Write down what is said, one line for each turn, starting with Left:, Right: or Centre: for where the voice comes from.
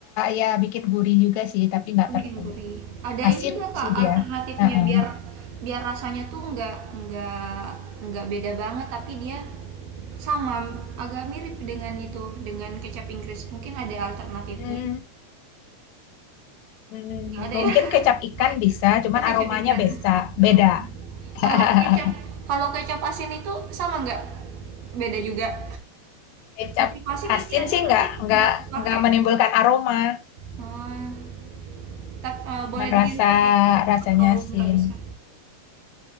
Left: ya bikin gurih juga sih, tapi nggak
Right: itu
Left: terlalu
Right: bikin gurih. Ada
Left: asin
Right: ini nggak Kak
Left: sih dia.
Right: alternatifnya
Left: Heeh.
Right: biar biar rasanya tuh nggak nggak nggak beda banget, tapi dia sama agak mirip dengan itu dengan kecap Inggris. Mungkin ada alternatifnya?
Left: Hmm, hmm,
Right: Nggak ada ya?
Left: mungkin
Right: <laughs>
Left: kecap ikan bisa, cuman
Right: Oh kecap
Left: aromanya
Right: ikan.
Left: bisa
Right: Heeh.
Left: beda. <laughs>
Right: Kalau kecap kalau kecap asin itu sama nggak? Beda juga. <laughs>
Left: Kecap
Right: Kecap asin
Left: asin
Right: ini ada
Left: sih nggak
Right: tapi
Left: nggak
Right: nggak pakai.
Left: nggak menimbulkan aroma,
Right: Ah, Tap eee,
Left: cuman
Right: boleh diganti
Left: rasa
Right: pakai
Left: rasanya
Right: atau
Left: asin.
Right: nggak bisa?